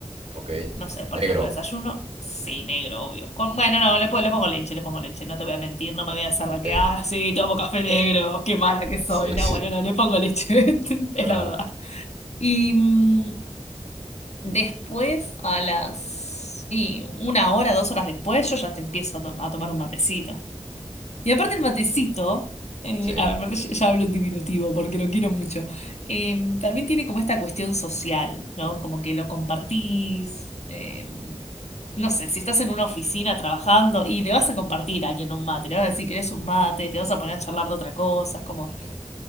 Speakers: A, on the right; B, on the left.
A: ok.
B: No sé, por
A: Negro,
B: ejemplo, desayuno, sí, negro, obvio. Con, bueno, no, le, po- le pongo leche, le pongo leche, no te voy a mentir, no me voy a hacer
A: ok.
B: la que, ah, sí, tomo café negro, qué mala que soy.
A: Sí,
B: No,
A: sí.
B: bueno, no, le pongo leche, <laughs> es
A: Ajá,
B: la verdad. Y mm, después, a las... Y una hora, dos horas después, yo ya te empiezo a, to- a tomar un matecito. Y aparte el matecito, eh,
A: sí.
B: a ver, ya ya hablo en diminutivo porque lo quiero mucho, eh, también tiene como esta cuestión social, ¿no? Como que lo compartís, eh, no sé, si estás en una oficina trabajando y le vas a compartir a alguien un mate, le vas a decir que eres un mate, te vas a poner a charlar de otra cosa, es como
A: ujú.